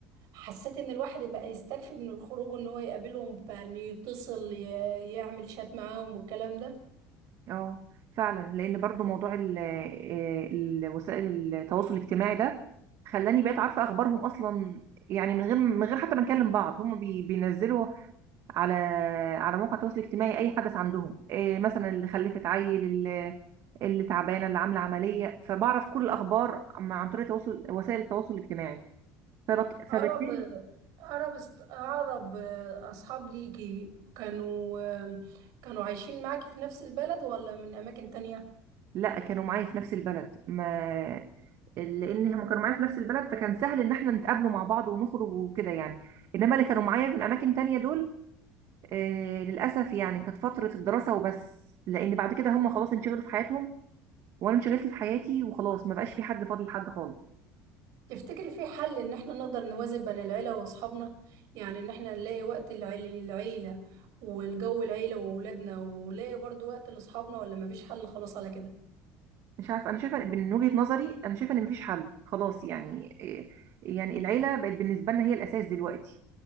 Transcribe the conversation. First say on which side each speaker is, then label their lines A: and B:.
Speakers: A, on the right; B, on the right.
A: حسيت ان الواحد بقى يستكفي من الخروج ان هو يقابلهم بقى انه يتصل ي- يعمل شات معاهم والكلام ده
B: اه فعلا لان برضو موضوع ال آه، ال- وسائل التواصل الاجتماعي ده خلاني بقيت عارفه اخبارهم اصلا يعني من غير من غير حتى ما نكلم بعض هم بي بينزلوا على على موقع التواصل الاجتماعي اي حدث عندهم إيه مثلا اللي خلفت عيل اللي, اللي تعبانه اللي عامله عمليه فبعرف كل الاخبار عم- عن طريق تواصل وسائل التواصل الاجتماعي فبت
A: اقرب
B: فبالتالي
A: اقرب است- اقرب اصحاب ليكي كانوا كانوا عايشين معاكي في نفس البلد ولا من اماكن تانية
B: لا كانوا معايا في نفس البلد ما لان هم كانوا معايا في نفس البلد فكان سهل ان احنا نتقابلوا مع بعض ونخرج وكده يعني انما اللي كانوا معايا من اماكن تانية دول آه للاسف يعني كانت فترة الدراسة وبس لان بعد كده هم خلاص انشغلوا في حياتهم وانا انشغلت في حياتي وخلاص ما بقاش في حد فاضل لحد خالص
A: تفتكري في حل ان احنا نقدر نوازن بين العيلة واصحابنا يعني ان احنا نلاقي وقت العيلة للعيلة والجو العيلة وولادنا ونلاقي برضو وقت لاصحابنا ولا مفيش حل خلاص على كده
B: مش عارفه انا شايفه من وجهة نظري انا شايفه ان مفيش حل خلاص يعني آه، يعني العيلة بقت بالنسبة لنا هي الاساس دلوقتي